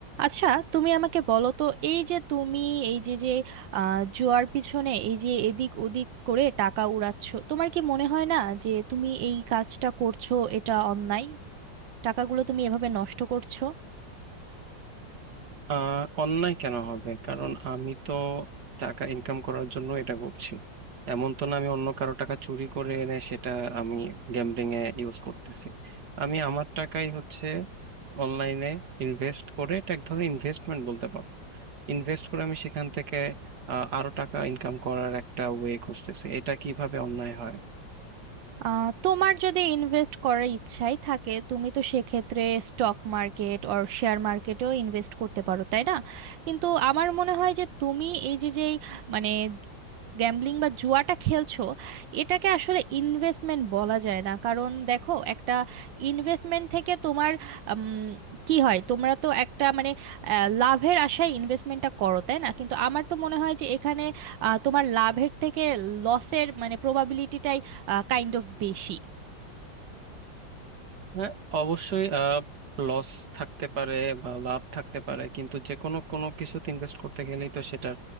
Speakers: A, on the right; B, on the right.
A: আচ্ছা তুমি আমাকে বলো তো এই যে তুমি এই যে যে আহ, জুয়ার পিছনে এই যে এদিক ওদিক করে টাকা উড়াচ্ছ তোমার কি মনে হয় না যে তুমি এই কাজটা করছো এটা অন্যায় টাকাগুলো তুমি এভাবে নষ্ট করছো
B: আহ অন্যায় কেন হবে কারণ আমি তো টাকা ইনকাম করার জন্য এটা করছি এমন তো না আমি অন্য কারো টাকা চুরি করে এনে সেটা আমি গ্যাম্বলিং এ ইউজ করতেছি আমি আমার টাকাই হচ্ছে অনলাইনে ইনভেস্ট করে এটা এক ধরনের ইনভেস্টমেন্ট বলতে পারো ইনভেস্ট করে আমি সেখান থেকে আহ, আরো টাকা ইনকাম করার একটা ওয়ে খুঁজতেছি এটা কিভাবে অন্যায় হয়
A: আহ, তোমার যদি ইনভেস্ট করার ইচ্ছাই থাকে তুমি তো সেক্ষেত্রে স্টক মার্কেট অর শেয়ার মার্কেটেও ইনভেস্ট করতে পারো তাই না কিন্তু আমার মনে হয় যে তুমি এই যে যেই মানে গ্যাম্বলিং বা জুয়াটা খেলছো এটাকে আসলে ইনভেস্টমেন্ট বলা যায় না কারণ দেখো একটা ইনভেস্টমেন্ট থেকে তোমার উম, কি হয় তোমরা তো একটা মানে আহ, লাভের আশায় ইনভেস্টমেন্টটা করো তাই না কিন্তু আমার তো মনে হয় যে এখানে আহ, তোমার লাভের থেকে লসের মানে প্রবাবিলিটিটাই কাইন্ড অফ বেশি
B: হ্যাঁ অবশ্যই আহ লস থাকতে পারে বা লাভ থাকতে পারে কিন্তু যে কোনো কোনো কিছুতে ইনভেস্ট করতে গেলেই তো সেটার